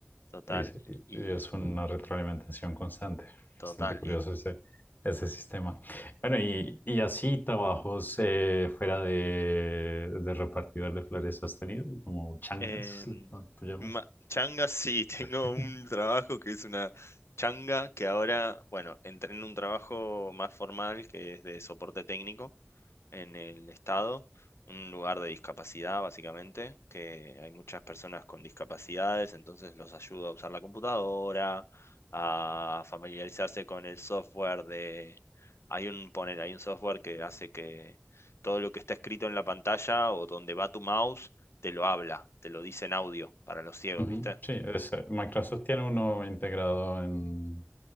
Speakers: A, on the left; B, on the left.
A: total.
B: Y, es y
A: Y
B: es una retroalimentación constante.
A: total.
B: Bastante curioso ese, ese sistema. Bueno, y, y así trabajos eh, fuera de, de repartidor de flores has tenido, como changas,
A: Em,
B: ¿no? ¿tú llamas?
A: ma- changa, <laughs> sí, tengo
B: <laughs>
A: un trabajo que es una changa que ahora, bueno, entré en un trabajo más formal que es de soporte técnico en el estado, un lugar de discapacidad básicamente, que hay muchas personas con discapacidades, entonces los ayuda a usar la computadora, a familiarizarse con el software de... Hay un, poner, hay un software que hace que todo lo que está escrito en la pantalla o donde va tu mouse, te lo habla, te lo dice en audio para los ciegos,
B: Ujú.
A: ¿viste?
B: Sí, es- eh, Microsoft tiene uno integrado en,